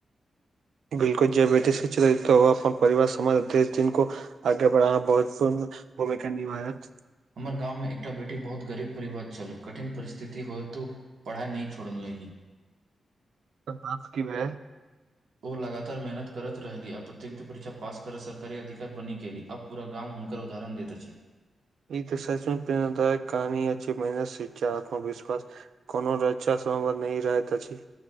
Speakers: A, on the right (about 80°); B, on the right (about 65°).
A: बिल्कुल जे बेटी शिक्ष अपन परिवार समाज दे <unintelligible> आगे बढ़ाना महुतपूर्ण भूमिका निभायत
B: हमर गाममे एकटा बेटी बहुत गरीब परिवार छल कठिन परिस्थिति होयतु पढ़ाइ नहि छोड़लही
A: त बात कि भ
B: ओ लगातार मेहनत करत रहली आ प्रतियोगिता परीक्षा पास करऽ सरकारी अधिकार बनी गेली अब पूरा गाम हुनकर उदाहरण दैत अछि
A: ई त <unintelligible> कहानिय अछि <unintelligible> कोनो रक्षासँव नहि रहैत अछि